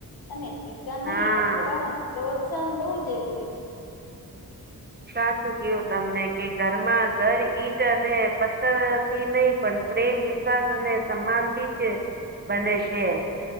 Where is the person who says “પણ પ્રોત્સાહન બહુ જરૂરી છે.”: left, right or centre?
Left